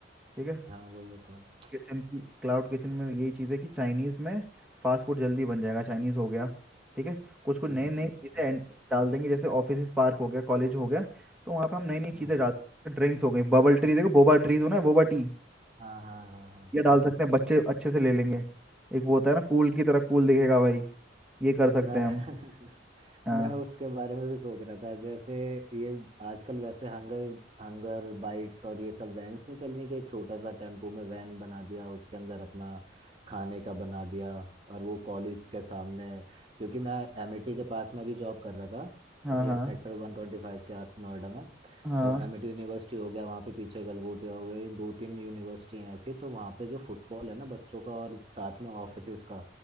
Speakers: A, in the centre; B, on the right.
A: ठीक है
B: हाँ वही होता है
A: किचन की क्लाउड किचन में यही चीज़ है कि चाइनीज़ में फास्ट फूड जल्दी बन जाएगा चाइनीज़ हो गया ठीक है कुछ कुछ
B: हम्म
A: नई नई चीज़ें
B: हम्म
A: ऐड- डाल देंगे जैसे ऑफिस पार्क हो गया कॉलेज हो गया तो वहाँ पे हम नई नई
B: हम्म,
A: चीज़ें डाल सकते हैं ड्रिंक्स हो गई बबल ट्री देखो बोबा ट्रीज हो ना बोबा टी
B: हाँ हाँ हाँ हाँ
A: ये डाल सकते हैं बच्चे अच्छे से ले लेंगे एक वो होता है ना कूल की तरह कूल दिखेगा भाई ये कर सकते
B: मैं
A: हैं
B: <laughs>
A: हम हाँ
B: मैं उसके बारे में भी सोच रहा था जैसे ये आजकल वैसे हंगर हंगर बाइट्स और ये सब वैन्स नहीं चल रही कि छोटा सा टेम्पो में वैन बना दिया उसके अंदर अपना खाने का बना दिया और वो कॉलेज के सामने क्योंकि मैं एमिटी के पास में भी जॉब कर रहा
A: हाँ
B: था
A: हाँ
B: सेक्टर वन ट्वेंटी फाइव के आस नोएडा में
A: हाँ
B: तो एमिटी यूनिवर्सिटी हो गया वहाँ पे पीछे गलगोटिया हो गया ये दो तीन यूनिवर्सिटी हैं ऐसी तो वहाँ पे जो फुटफॉल है ना बच्चों का और साथ में ऑफिसेज का